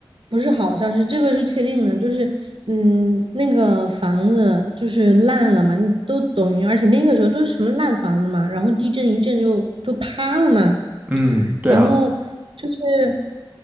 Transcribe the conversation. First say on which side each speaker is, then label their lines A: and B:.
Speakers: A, on the right; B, on the right.
A: 不是好像是这个是确定的，就是嗯，那个房子就是烂了嘛，你都等于，而且那个时候都是什么烂房子嘛，然后地震一震就就塌了嘛，
B: 嗯，对啊，
A: 然后就是